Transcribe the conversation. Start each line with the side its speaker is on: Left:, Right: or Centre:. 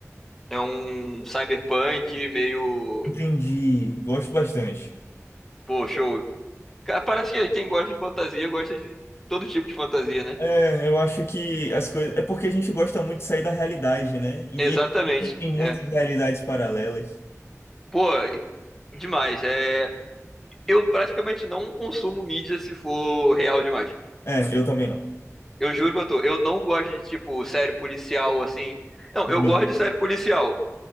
Centre: é um cyberpunk meio.
Left: Entendi, gosto bastante.
Centre: Pô, show. Cara, Parece que quem gosta de fantasia gosta de todo tipo de fantasia, né?
Left: É, eu acho que as coisas. É porque a gente gosta muito de sair da realidade, né? E
Centre: Exatamente.
Left: existem muitas
Centre: É.
Left: realidades paralelas.
Centre: Pô, demais. É, eu praticamente não consumo mídia se for real demais.
Left: É, eu também não.
Centre: Eu juro pra tu, eu não gosto de tipo série policial assim. Não,
Left: Também
Centre: eu gosto
Left: não.
Centre: de série policial,